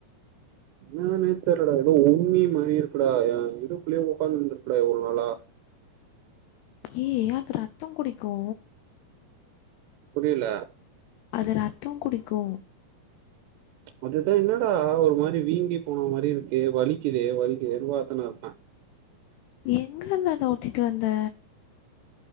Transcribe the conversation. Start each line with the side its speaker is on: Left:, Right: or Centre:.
Right: என்னனே தெர்லடா ஏதோ உண்ணி மாரி இருக்குடா எ இடுப்லயே உக்காந்தித்திகுடா இவ்ளோ நாளா
Left: ஏ அது ரத்தோ குடிக்கூ
Right: புரியல
Left: அது ரத்தோ குடிக்கு
Right: அதுதா என்னடா ஒரு மாரி வீங்கி போன மாரி இருக்கே வலிக்குதே வலிக்குதேனு வாத்திட்டு இருக்கே
Left: எங்க இருந்து அத ஒட்டிட்டு வந்த